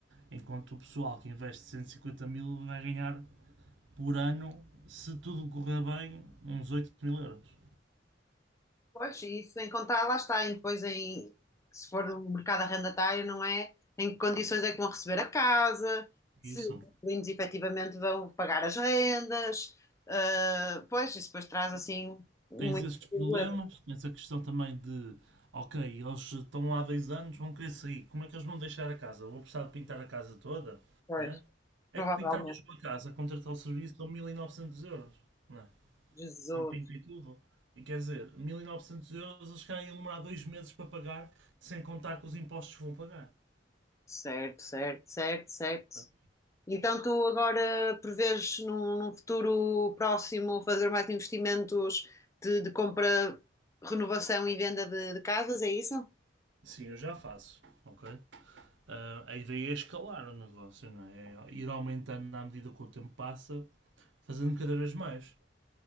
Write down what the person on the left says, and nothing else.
Pois, e isso sem contar, lá está, e depois em, se for no mercado arrendatário, não é? Em que condições é que vão receber a casa, se
os inquilinos efetivamente vão pagar as rendas, ah, pois, isso depois traz assim muito
problema,
pois,
provavelmente.
Jesus,
certo, certo, certo, certo.
Então tu agora prevês num, num futuro próximo fazer mais investimentos de, de compra, renovação e venda de de casas, é isso?